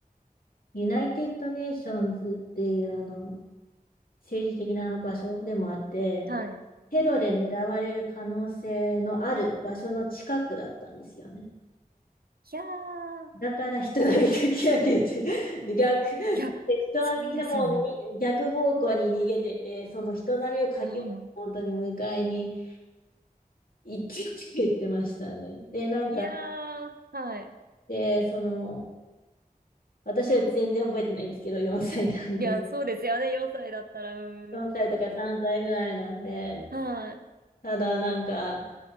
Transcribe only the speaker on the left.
ユナイテッド・ネーションズっていうあの、政治的な場所でもあって、
テロで狙われる可能性のある場所の近くだったんですよね。
だから人がかき上げて、<laughs> 逆、人はみんなもうに逆方向に逃げてて、
その人波をかき上げて、
本当に迎えに行ってって言ってましたね。で、なんか、
で、その、私は全然覚えてないんですけど、4歳なんで、
4歳とか3歳ぐらいなんで、
ただなんか、